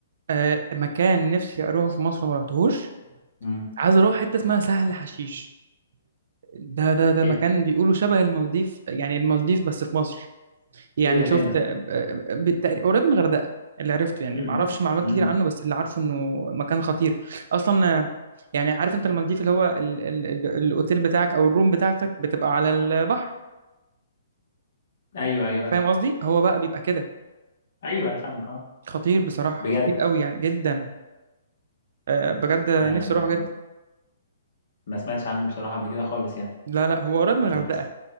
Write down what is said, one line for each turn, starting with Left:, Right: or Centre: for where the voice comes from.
Right: آه مكان نفسي اروحه في مصر ما رحتهوش
Left: امم
Right: عايز اروح حتة اسمها سهل حشيش ده ده ده
Left: ايه
Right: مكان
Left: ده
Right: بيقولوا شبه المالديف يعني المالديف بس في مصر يعني
Left: ايه ده
Right: شفت
Left: فين ده
Right: بالتقريب قريب من الغردقه اللي عرفته يعني
Left: امم
Right: ما اعرفش معلومات
Left: امم
Right: كتير عنه بس اللي عارفه انه مكان خطير اصلا آه، يعني عارف انت المالديف اللي هو ال ال ال الاوتيل بتاعك او الروم بتاعتك بتبقى على البحر
Left: ايوه ايوه ايوه
Right: فاهم قصدي هو بقى بيبقى كده
Left: ايوه انا فاهمك اه
Right: خطير بصراحه
Left: بجد
Right: خطير قوي يعني جدا آه، بجد نفسي
Left: انا انا
Right: اروحه جدا
Left: ما سمعتش عنه بصراحة قبل كده خالص يعني
Right: لا لا هو قريب من
Left: يعني
Right: الغردقه
Left: بس